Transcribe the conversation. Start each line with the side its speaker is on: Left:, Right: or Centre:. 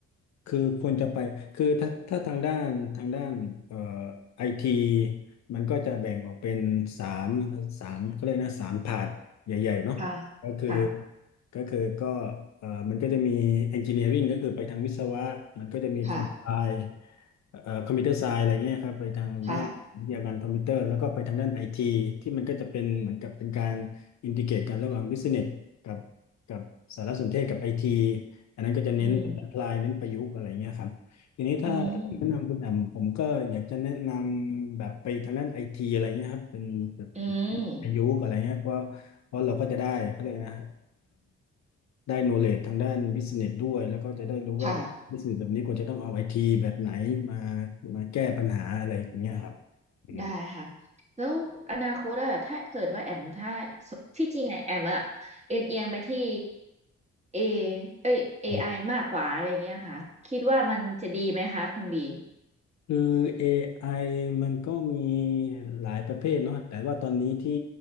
Left: คือควรจะไปคือถ้าถ้าทางด้านทางด้านเอ่อไอทีมันก็จะแบ่งออกเป็นสามสามเขาเรียกนะสามพาร์ทใหญ่ๆเนาะก็คือ
Right: ค่ะค่ะ
Left: ก็คือก็เอ่อมันก็จะมี engineering ก็คือไปทางวิศวะมันก็จะมีทางไฟ
Right: ค่ะ
Left: เอ่อคอมพิวเตอร์ไซน์อะไรเงี้ยครับไปทางด้านวิทยาการคอมพิวเตอร์แล้วก็ไปทางด้านไอทีที่มันก็จะเป็นเหมือนกับเป็นการอินทิเกรตกันระหว่างบิสเนสกับ
Right: ค่ะ
Left: กับสารสนเทศกับไอทีอันนั้นก็จะเน้นแอ
Right: อืม
Left: p พลายเน้นประยุกต์อะไรเงี้ยครับทีนี้ถ้าผมแนะนำคุณแอมผมก็อยากจะแนะนำแบบไปทางด้านไอทีอะไรเงี้ยครับเป็นแบบ
Right: อืมอืม
Left: ประยุกต์อะไรเงี้ยเพราะเพราะเราก็จะได้ก็เลยกนะ ได้โนเล e ทางด้านบิสเนสด้วยแล้วก็จะได้รู้ว่า
Right: ค่ะ
Left: s ิส e s s แบบนี้ควรจะต้องเอาไอทีแบบไหนมามาแก้ปัญหาอะไรอย่างเงี้ยครับอืม
Right: ได้ค่ะแล้วอนาคตอะถ้าเกิดว่าแอมถ้าสที่จริงไงแอมอะเอ็นเอียงไปที่เอเอ้ยเอไอมากกว่าอะไรเงี้ยค่ะคิดว่ามันจะดีไหมคะคุณบี
Left: ไอ้คือ AI มันก็มีหลายประเภทเนาะแต่ว่าตอนนี้ที่